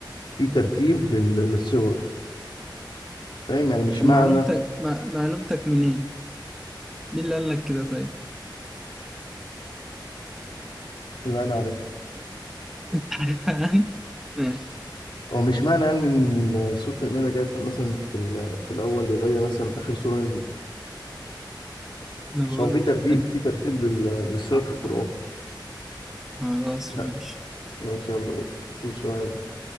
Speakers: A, on the left; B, in the centre.
A: في ترتيب لل... للسور فاهم يعني مش
B: طب
A: معنى
B: معلومتك مع... معلومتك منين؟ مين اللي قال لك كده طيب؟
A: اللي انا عارفها
B: <laughs> عارفها أنا؟ ماشي
A: هو مش معنى يعني ان ال- سورة المائدة جاية في- مثلا في ال... في الأول يبقى هي مثلا آخر سورة نزلت
B: أنا بقول
A: بس هو في
B: لك
A: ترتيب
B: طب مين؟
A: في ترتيب لل... للسور
B: آه،
A: في القرآن
B: آه، خلاص
A: لا
B: ماشي
A: ماشي يلا قول قول سؤال